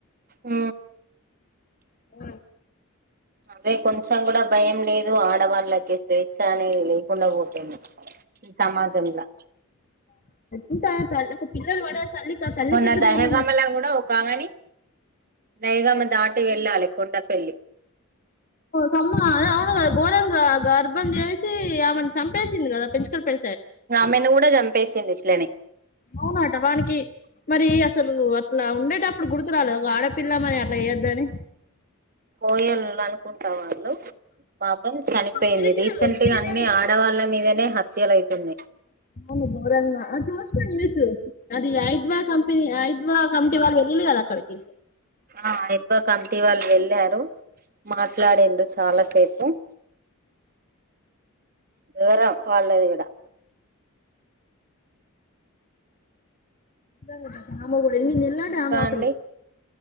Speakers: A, on the right (about 45°); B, on the left (about 40°).
A: ఊ
B: ఓ
A: అదే కొంచెం కూడా భయం లేదు. ఆడవాళ్ళకి స్వేచ్ఛ అనేది కొండ పోతుంది ఈ సమాజంలా
B: ఇంకా తల్లి ఒక పిల్లలు పడే తల్లికి ఆ తల్లికి
A: మొన్న
B: ఎదురైన
A: దహగమలా కూడా ఒక ఆమెని నైగామ్మ దాటి వెళ్ళాలి కొట్ట పల్లి
B: హమ్మ అది అవును కదా ఘోరంగా గర్భం చేసి ఆమెను చంపేసింది. కదా పెంచుకొని పె
A: ఆమెను కూడా జాంపేసిందు ఇట్లనే.
B: అవునట వాడికి మరి అసలు అట్లా ఉండేటప్పుడు గుర్తు రాలేదా, ఒక ఆడపిల్ల మరి అట్లా వేయొద్దని.
A: కోయొళ్ళు అనుకుంటా వాళ్ళు పాపం చనిపోయింది.
B: గిరిజనులు
A: రీసెంట్
B: గిరిజనులు
A: గా అన్ని ఆడవాళ్ళ మీదనే హత్ హత్య లవుతున్నాయి.
B: అవును గోరంగా చూస్తా న్యూస్ అది ఐద్వా కంపెనీ ఐద్వా కమిటీ వాళ్ళు వెళ్లారు అక్కడికి
A: ఆ ఎక్కువ కమిటీ వాళ్ళు వెళ్ళారు. మాట్లాడిండు చాలా సేపు హ్మ్ దూరం వాళ్ళది కూడా
B: నిజంగా దా దామ్ కూడ్ నేల్ నెల్లా
A: ఇంకా
B: డ్రామా అసలు
A: అండి